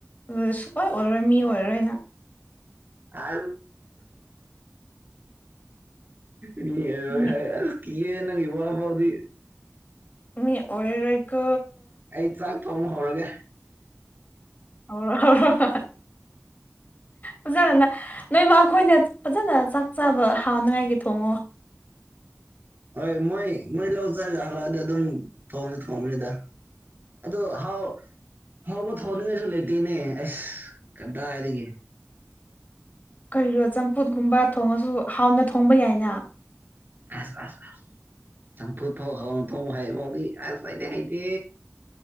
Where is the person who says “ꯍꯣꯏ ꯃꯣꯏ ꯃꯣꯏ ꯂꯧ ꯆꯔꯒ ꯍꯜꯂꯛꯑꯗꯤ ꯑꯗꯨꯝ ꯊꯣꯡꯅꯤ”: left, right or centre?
Right